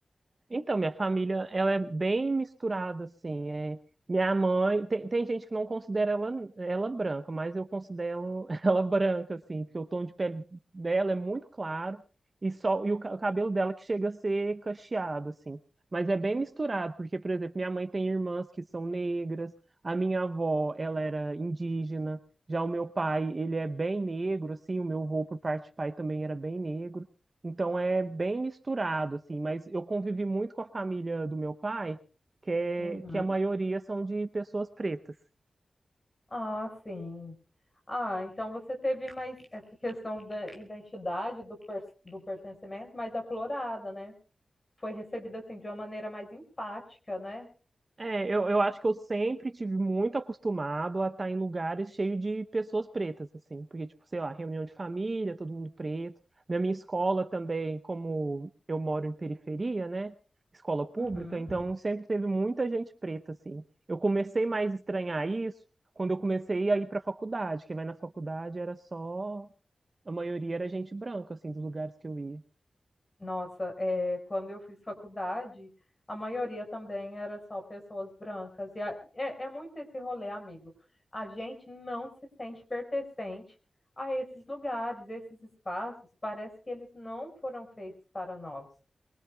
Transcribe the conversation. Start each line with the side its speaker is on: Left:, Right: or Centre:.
Right: Então, minha família, ela é bem misturada, assim. É, minha mãe, tem, tem gente que não considera ela, ela branca, mas eu considero <laughs> ela branca, assim, porque o tom de pele dela é muito claro e só e o, ca- o cabelo dela que chega a ser cacheado, assim. Mas é bem misturado, porque, por exemplo, minha mãe tem irmãs que são negras, a minha avó, ela era indígena, já o meu pai, ele é bem negro, assim, o meu avô por parte de pai também era bem negro. Então é bem misturado, assim, mas eu convivi muito com a família do meu pai, que, é,
Left: Uhum.
Right: que a maioria são de pessoas pretas.
Left: Ah, sim. Ah, então você teve mais essa questão da identidade, do, per- do pertencimento mais aflorada, né? Foi recebida assim de uma maneira mais empática, né?
Right: É, eu, eu acho que eu sempre tive muito acostumado a estar em lugares cheios de pessoas pretas, assim, porque, tipo, sei lá, reunião de família, todo mundo preto. Na minha escola também, como eu moro em periferia, né? Escola pública,
Left: Uhum.
Right: então sempre teve muita gente preta, assim. Eu comecei mais a estranhar isso quando eu comecei a ir para a faculdade, que vai na faculdade era só, a maioria era gente branca, assim, dos lugares que eu ia.
Left: Nossa, é, quando eu fiz faculdade, a maioria também era só pessoas brancas. E a- é, é muito esse rolê, amigo. A gente não se sente pertencente a esses lugares, esses espaços. Parece que eles não foram feitos para nós.